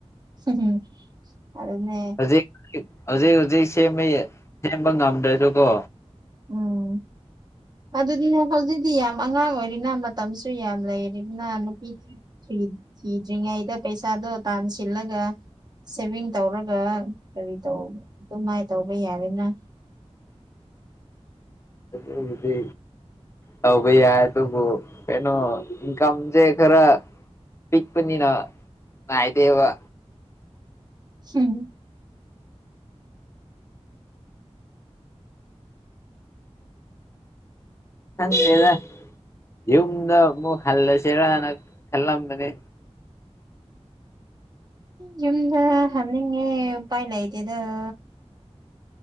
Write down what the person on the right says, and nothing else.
ꯎꯝ ꯑꯗꯨꯅꯦ
ꯎꯝ ꯑꯗꯨꯅꯦ ꯍꯧꯖꯤꯛꯇꯤ ꯌꯥꯝ ꯑꯉꯥꯡ ꯑꯣꯏꯔꯤꯅ ꯃꯇꯝꯁꯨ ꯌꯥꯝ ꯂꯩꯔꯤꯅ ꯅꯨꯄꯤ ꯊꯤ ꯊꯤꯗ꯭ꯔꯤꯉꯩꯗ ꯄꯩꯁꯥꯗꯣ ꯇꯥꯟꯁꯤꯜꯂꯒ ꯁꯦꯚꯤꯡ ꯇꯧꯔꯒ ꯀꯔꯤ ꯇꯧꯕ ꯑꯗꯨꯃꯥꯏꯅ ꯇꯧꯕ ꯌꯥꯔꯦꯅ
ꯍꯝ
ꯌꯨꯝꯗ ꯍꯥꯟꯅꯤꯡꯉꯦ ꯎꯄꯥꯏ ꯂꯩꯇꯦꯗꫭ